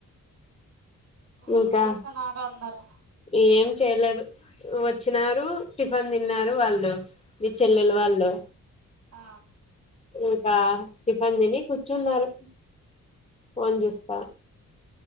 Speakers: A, on the left (about 20°); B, on the right (about 55°).
A: ఇంకా
B: ఏం చేస్తున్నారు అందరు
A: ఏం చేయలేదు వచ్చినారు టిఫిన్ తిన్నారు వాళ్ళు మీ చెల్లిల్ల వాళ్ళు
B: ఆ
A: ఇంకా టిఫిన్ తిని కూర్చున్నారు ఫోన్ చూస్తా